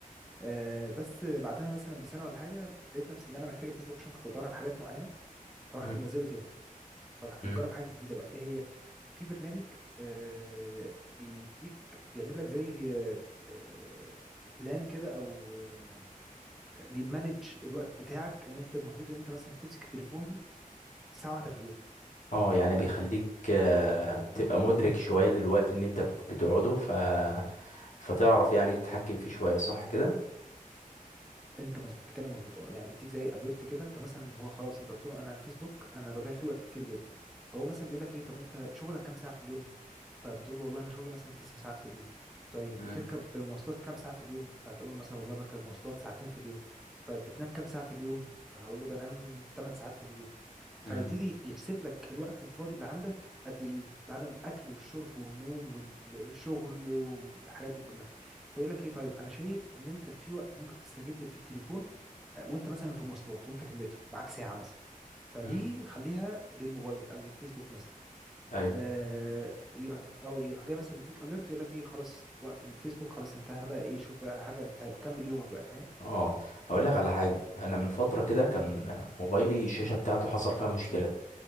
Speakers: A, in the centre; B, on the left.
A: آه بس بعدها مثلا بسنه ولا حاجه لقيت نفسي ان انا محتاج الفيسبوك عشان كنت بدور على حاجات معينه فرحت
B: مم.
A: منزله تاني فرحت
B: مم.
A: مجرب حاجه جديده بقى ايه هي في برنامج آه بيديك بيعمل لك زي آه آه، بلان كده او آه، بيمانج الوقت بتاعك ان انت المفروض ان انت مثلا تمسك التليفون ساعه واحده في اليوم
B: اه يعني بيخليك آه، تبقى مدرك شوية للوقت اللي انت بت- بتقعده ف فتعرف يعني تتحكم فيه شوية صح كده
A: انت مظبوط بتتكلم مظبوط اه يعني بيديك زي اليرت كده انت مثلا هو خلاص انت قلت له انا على الفيسبوك انا بضيع فيه وقت كتير جدا فهو مثلا بيقول لك ايه طب انت شغلك كام ساعه في اليوم فبتقول له والله انا شغلي مثلا تسع ساعات في اليوم طيب
B: مم.
A: بتركب مواصلات كام ساعه في اليوم فهتقول له مثلا والله بركب مواصلات ساعتين في اليوم طيب بتنام كام ساعه في اليوم هقول له بنام 8 ساعات في اليوم
B: مم.
A: فهيبتدي يحسب لك الوقت الفاضي اللي عندك قد ايه بعد الاكل والشرب والنوم والشغل والحاجات دي كلها فيقول لك ايه طيب انا شايف ان انت في وقت ممكن تستغل في التليفون آه، وانت مثلا في مواصلات وانت في المترو معاك ساعه مثلا فدي
B: مم.
A: خليها للموبايل او للفيسبوك مثلا
B: ايوه
A: آه يروح او يروح جاي مثلا مديك اليرت يقول لك ايه خلاص وقت الفيسبوك خلاص انتهى بقى ايه شوف بقى حاجه انت كمل يومك بقى فاهم
B: اه هقول لك على حاجة انا من فترة كده كان موبايلي الشاشة بتاعته حصل فيها مشكلة